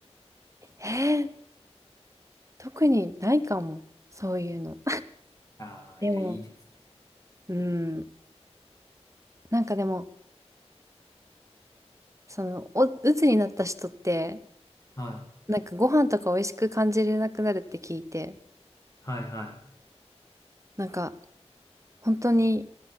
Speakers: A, on the right; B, on the left.
A: えー特にないかも。そういうの。
B: ああー、
A: でも、
B: いや、いいですね。
A: うん。なんかでも、その、お、鬱になった人って、
B: はい。
A: なんかご飯とか美味しく感じれなくなるって聞いて、
B: はい、はい。
A: なんか、本当に